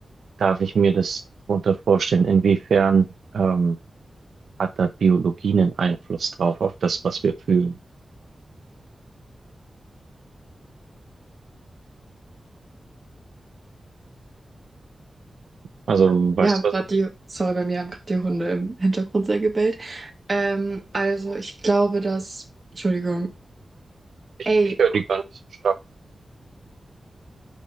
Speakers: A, on the right; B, on the right.
A: darf ich mir das darunter vorstellen? Inwiefern ähm, hat da Biologie einen Einfluss drauf, auf das, was wir fühlen. Also,
B: Äh,
A: weißt
B: Wir haben gerade
A: du was?
B: die, sorry, bei mir haben gerade die Hunde im Hintergrund sehr gebellt. Ähm, also ich glaube, dass, Entschuldigung,
A: Ich,
B: ey,
A: ich höre die gar nicht so stark.